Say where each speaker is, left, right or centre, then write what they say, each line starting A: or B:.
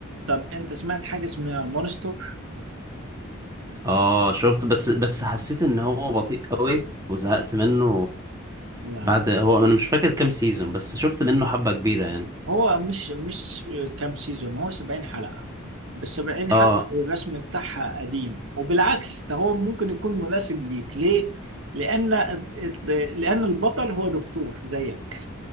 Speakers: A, on the right; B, on the right.
A: طب انت سمعت حاجه اسمها مونستر
B: اه شفت بس بس حسيت ان هو بطيء قوي وزهقت منه
A: لا
B: بعد هو انا مش فاكر كام سيزون بس شفت منه حبة كبيرة يعني
A: هو مش مش كام سيزون هو 70 حلقة بس 70
B: اه
A: حلقة الرسم بتاعها قديم وبالعكس ده هو ممكن يكون مناسب ليك ليه؟ لأن لأن البطل هو دكتور زيك